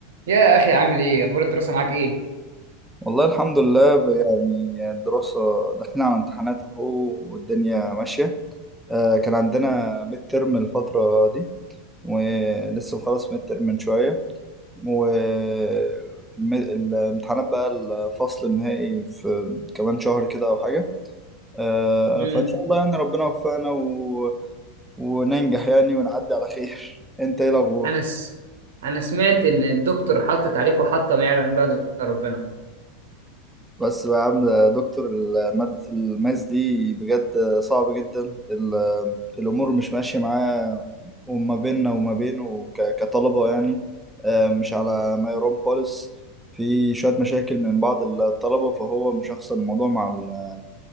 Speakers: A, on the right (about 65°); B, in the centre.
A: يا اخي عامل ايه اخبار الدراسه معاك ايه
B: والله الحمد لله ب- يعني الدراسة داخلين على امتحانات اهو والدنيا ماشية آه، كان عندنا ميد ترم الفترة دي ولسه مخلص ميد ترم من شوية والامتحانات بقى الفصل النهائي في كمان شهر كده أو حاجة آه،
A: امم
B: فإن شاء الله يعني ربنا يوفقنا و... وننجح يعني ونعدي على خير <laughs> أنت إيه الأخبار؟
A: انا س... انا سمعت ان الدكتور حاطط عليكم حطه ما يعلم بها إلا ربنا
B: بس بقى يا عم يا دكتور ال- مادة الماس دي بجد صعبة جدا ال- الأمور مش ماشية معاه وما بيننا وما بينه ك- كطلبة يعني آه، مش على ما يرام خالص في شوية مشاكل من بعض الطلبة فهو مشخصن الموضوع مع ال-